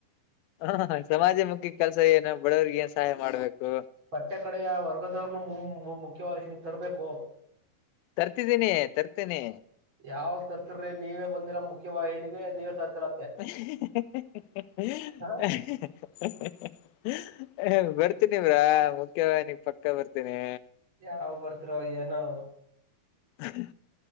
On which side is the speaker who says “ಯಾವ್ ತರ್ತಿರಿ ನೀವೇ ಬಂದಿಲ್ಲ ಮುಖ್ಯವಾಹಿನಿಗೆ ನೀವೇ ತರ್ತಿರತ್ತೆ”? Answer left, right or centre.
Right